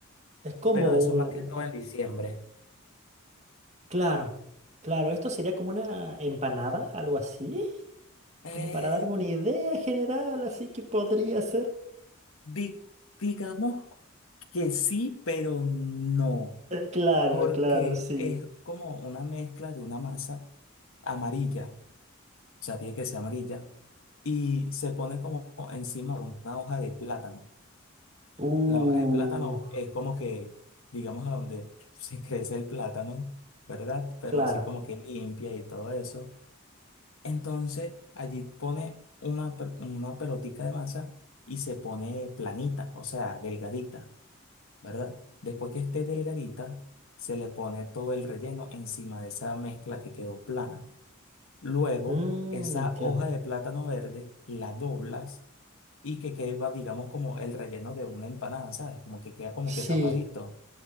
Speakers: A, on the right; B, on the left.
A: es como
B: pero eso
A: un-
B: más que todo en diciembre.
A: Claro, claro, esto sería como una empanada, algo así.
B: Eh,
A: Como para darme una idea general, así que podría ser.
B: di- digamos que sí, pero no,
A: Claro,
B: porque
A: claro, sí.
B: es como una mezcla de una masa amarilla, o sea, tiene que ser amarilla, y se pone como encima de una hoja de plátano.
A: Uh,
B: La hoja de plátano es como que, digamos, a donde <laughs> se crece el plátano, ¿verdad? Pero
A: claro.
B: así como que limpia y todo eso. Entonces, allí pone una, pe- una pelotica de masa y se pone planita, o sea, delgadita, ¿verdad? Después que esté delgadita, se le pone todo el relleno encima de esa mezcla que quedó plana. Luego,
A: Mm,
B: esa
A: entiendo.
B: hoja de plátano verde la doblas y que queda, digamos, como el relleno de una empanada, ¿sabes? Como que queda como
A: Sí.
B: que tapadito.